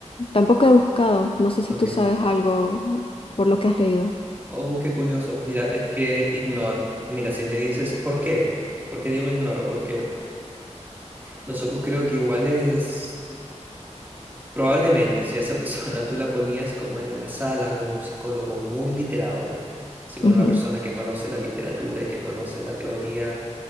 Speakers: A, on the left; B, on the right.
A: tampoco he buscado. No sé si
B: ok.
A: tú sabes algo por lo que has leído.
B: Oh, qué curioso. Mira, es que ignoro. Mira, si me dices, ¿por qué? ¿Por qué digo ignoro? Porque No sé, pues creo que igual es, probablemente si a esa persona <laughs> tú la ponías como en una sala con un psicólogo muy literado, así con
A: Ujú.
B: una persona que conoce la literatura y que conoce la teoría